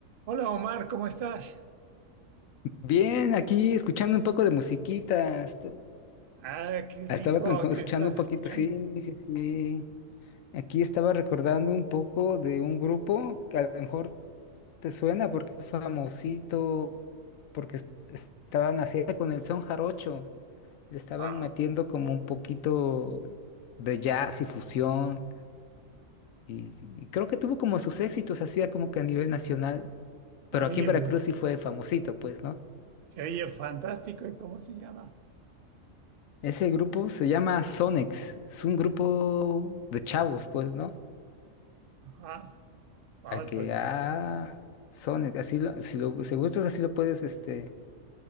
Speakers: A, on the right; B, on the left.
A: Hola Omar, ¿cómo estás?
B: Bien, aquí escuchando un poco de musiquita. est-
A: Ah, qué rico
B: Estaba con- con-
A: que
B: escuchando
A: estás
B: un poquito,
A: escuchando.
B: sí, sí, sí. Aquí estaba recordando un poco de un grupo que a lo mejor te suena porque es famosito, porque es- estaban haciendo con el son jarocho. Le estaban
A: Wow.
B: metiendo como un poquito de jazz y fusión. Y, y creo que tuvo como sus éxitos, hacía como que a nivel nacional. Pero
A: Oye,
B: aquí en Veracruz
A: pues,
B: sí fue famosito, pues, ¿no?
A: se oye fantástico. ¿Y cómo se llama?
B: Ese grupo se llama Sonex. Es un grupo de chavos, pues, ¿no?
A: Ajá. Wow,
B: A que,
A: pues,
B: ah, Sonex, así lo, si lo, si gustas, así lo puedes, este,